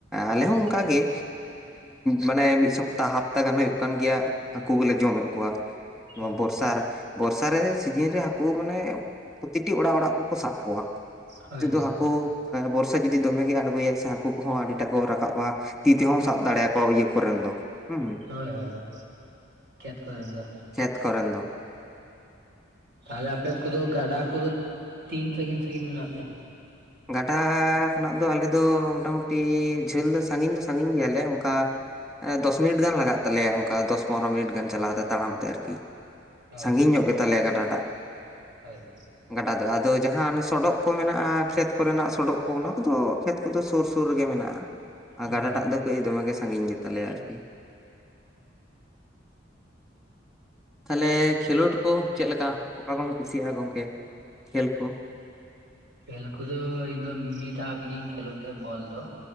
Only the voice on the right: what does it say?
ᱦᱩᱸ
ᱦᱳᱭ
ᱦᱳᱭ
ᱦᱮᱸ ᱠᱷᱮᱛ ᱠᱚᱨᱮᱱ ᱫᱚ᱾
ᱛᱟᱦᱚᱞᱮ ᱟᱯᱮ ᱠᱚᱫᱚ ᱜᱟᱰᱟ ᱠᱚᱫᱚ ᱛᱤᱱ ᱥᱟᱺᱜᱤᱧ ᱥᱟᱺᱜᱤᱧ ᱢᱮᱱᱟᱜ ᱛᱮ?
ᱦᱳᱭ
ᱦᱳᱭ
ᱦᱳᱭ
ᱦᱩᱸ
ᱠᱷᱮᱞ ᱠᱚᱫᱚ ᱤᱧ ᱫᱚ ᱢᱤᱠ ᱠᱟᱯ ᱜᱤᱧ ᱠᱷᱮᱞᱳᱜ ᱛᱮ ᱵᱚᱞ ᱫᱚ